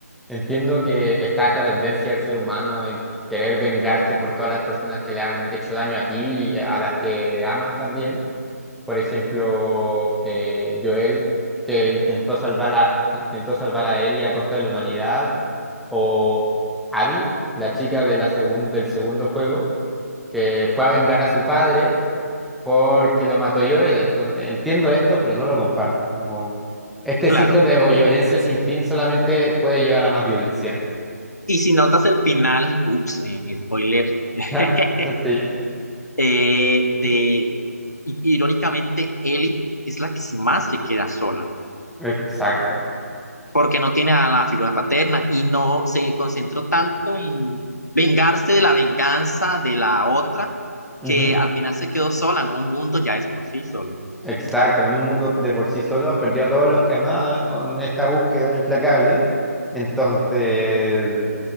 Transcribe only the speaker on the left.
claro.
Y si notas el final, ups, eh, spoiler, <laughs>
eh, de, i- irónicamente, Ellie es la que más se queda sola.
porque no tiene a la figura paterna y no se concentró tanto en vengarse de la venganza de la otra que
al final se quedó sola en un mundo ya es por sí solo.